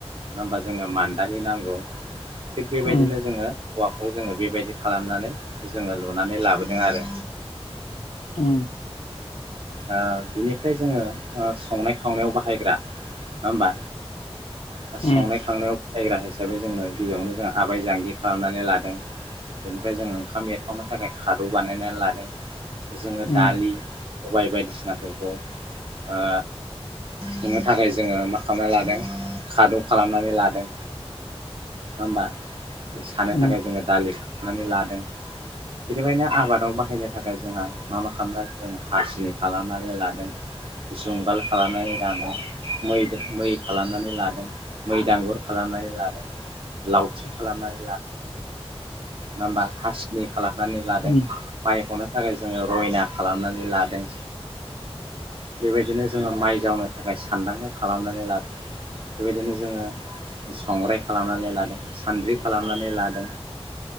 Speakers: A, on the right; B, on the left.
A: होमबा जोङो मान दानि नांगौ थिग बेबायदिनो
B: उम
A: जोङो औवाखौ जोङो बे बेबायदि खालामनानै जोङो लुनानै लाबोदों आरो
B: उम
A: ओ बिनिफ्राय जोङो ओ संनाय खावनायाव बाहायग्रा नङा होमबा आ
B: उम
A: संनाय खावनायाव बाहायग्रा हिसाबै जोंनो गिबियावनो जों आबाय जांगि खालामनानै लादों बेनिफ्राय जोङो ओंखाम एरखावनो थाखाय खादौ बानायनानै लादों जोङो
B: उम
A: दालि सबाय बायदिसिनाफोरखौ ओ नुनो थाखाय जोङो मा खालामना लादों खादब खालामनानै लादों हबा सानो
B: उम
A: थाखाय जोङो दालि लादों बेनिबायायनो आबादाव बाहायनो थाखाय जोंहा मा मा खालामनाय जों हासि खालामनानै लादों जुंगाल खालामनानै लादों मै मै खालामनानै लादों मै दांगुर खालामनानै लादों लावथि खालामनाय नङा हा हासिनि खालामनानै लादों
B: उम
A: माइखौनो थाखाय जोङो रयना खालामनानै लादों बेबायदिनो जोङो माइ जावनो थाखाय सान्दांखा खालामनानै लादों बेबायदिनो जोङो संग्राय खालामनानै ला लादों सानद्रि खालामनानै लादों